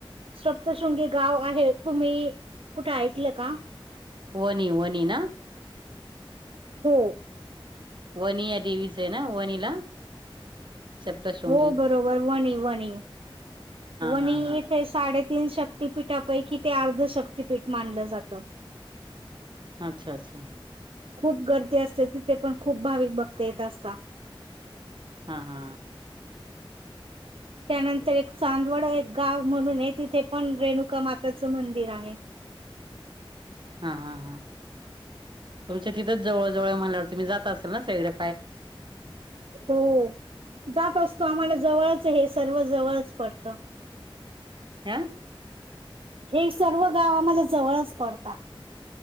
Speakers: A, on the right; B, on the right.
A: सप्तशृंगी गाव आहे तुम्ही कुठे ऐकलं का
B: वनी वनी ना
A: हो
B: वनी या देवीच आहे ना वनीला शप्त शृंगी
A: हो बरोबर वणी वणी वणी
B: हा हा
A: इथे साडे तीन शक्तिपीठापैकी ते अर्ध शक्तिपीठ मानलं जातं
B: अच्छा अच्छा
A: खूप गर्दी असते तिथे पण खूप भाविक बघता येत असता
B: हा हा
A: त्यानंतर एक चांदवड एक गाव म्हणून आहे तिथे पण रेणुका माताच मंदिर आहे
B: हा हा हा तुमच्या तिथंच जवळ जवळ म्हणल्यावर तुम्ही जाता असेल ना सगळ्या
A: हो जात असतो आम्हाला जवळ हे सर्व जवळच पडत
B: आ
A: हे सर्व गाव आम्हाला जवळच पडतात